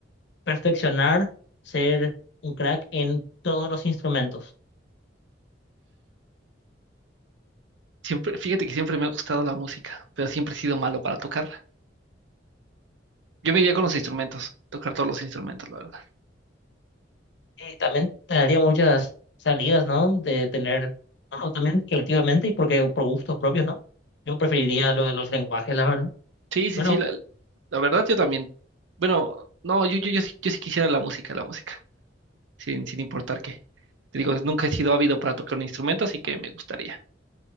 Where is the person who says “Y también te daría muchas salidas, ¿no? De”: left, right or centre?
Left